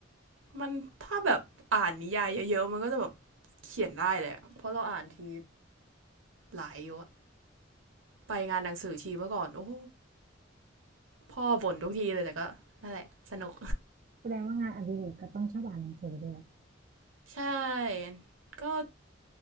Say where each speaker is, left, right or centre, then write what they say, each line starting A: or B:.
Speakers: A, on the right; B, on the right.
A: มันถ้าแบบอ่านนิยายเยอะๆมันก็จะแบบเขียนได้แหละเพราะเราอ่านทีหลายอยู่อะไปงานหนังสือทีเมื่อก่อนโอ้พ่อบ่นทุกทีเลยแต่ก็นั่นแหละสนุก
B: แสดงว่างานอดิเรกก็ต้องชอบอ่านหนังสือด้วย
A: <laughs> ใช่ก็